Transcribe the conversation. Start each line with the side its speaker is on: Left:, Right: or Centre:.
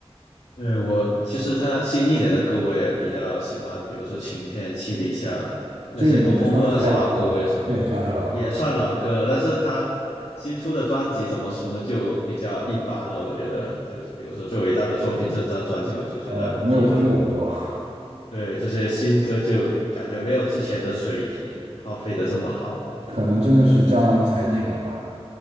Left: 对，我其实他新一点的歌我也比较喜欢，比如说《晴天》《七里香》那些《东风破》那些老歌，
Right: 这也算是老歌了吧？
Left: 我也算
Right: 这也算是老歌
Left: 也算老歌了。但是他新出的专辑怎么说呢，就比较一般了，我觉得。就比如说最伟大的作品这张专辑，我就觉得很一般。
Right: 呃，没有听过都，
Left: 对，这些新歌就感觉没有之前的水平发挥的这么好，
Right: 可能真的是江郎才尽了吧？